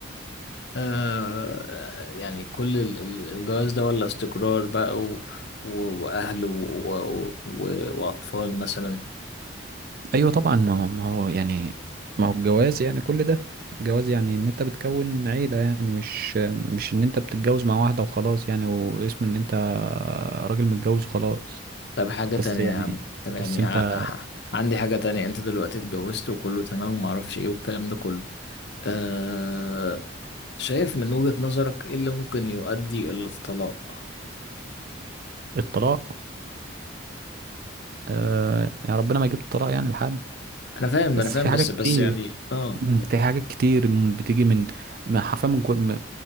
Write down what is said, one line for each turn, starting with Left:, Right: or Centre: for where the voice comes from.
Left: آه، يعني كل ال- ال- الجواز ده ولا استقرار بقى و... و- وأهل و... و... و... وأطفال مثلا
Right: أيوة طبعا ما هو ما هو يعني ما هو الجواز يعني كل ده الجواز يعني ان انت بتكون عيلة يعني مش مش ان انت بتتجوز مع واحدة وخلاص يعني واسم ان انت راجل متجوز وخلاص
Left: طب حاجة تانية
Right: بس يعني
Left: يا عم طب
Right: بس
Left: يعني
Right: انت
Left: ع... ع- عندي حاجة تانية أنت دلوقتي اتجوزت وكله تمام ومعرفش إيه والكلام ده كله أه... شايف من وجهة نظرك إيه اللي ممكن يؤدي إلى الطلاق
Right: الطلاق آه يعني ربنا ما يجيب الطلاق يعني لحد
Left: أنا فاهم
Right: بس
Left: أنا فاهم
Right: في حاجات
Left: بس
Right: كتير
Left: بس يعني آه
Right: مم. في حاجات كتير م- بتيجي من من- حرفيا من كو... م-